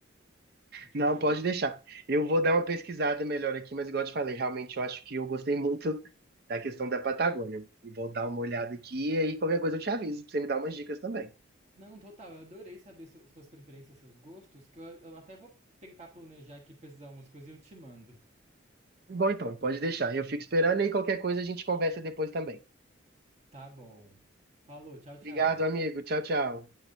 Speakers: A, on the right; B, on the right.
A: demais.
B: Não, pode deixar. Eu vou dar uma pesquisada melhor aqui, mas igual eu te falei, realmente eu acho que eu gostei muito da questão da Patagônia. E vou dar uma olhada aqui, e aí qualquer coisa eu te aviso, pra você me dar umas dicas também.
A: Não, total, eu adorei saber seu- suas preferências, seus gostos, que eu, eu até vou tentar planejar aqui pesquisar umas coisas e eu te mando.
B: Bom, então, pode deixar. Eu fico esperando e qualquer coisa a gente conversa depois também.
A: Tá bom. Falou, tchau, tchau.
B: Obrigado, amigo. Tchau, tchau.